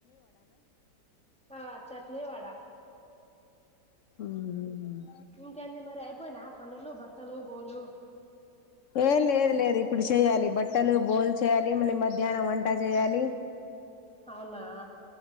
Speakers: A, in the centre; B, on the left.
A: ఆ చట్నీ వడ
B: ఉహ్మ్మ్
A: ఇంకేంది మరి అయిపోయినా పనులు బట్టలు బోల్లు
B: ఏ లేదూలేదు ఇప్పుడు చెయ్యాలి బట్టలు బోల్ చేయాలి మళ్ళీ మధ్యాహ్నం వంట చేయాలి
A: అవునా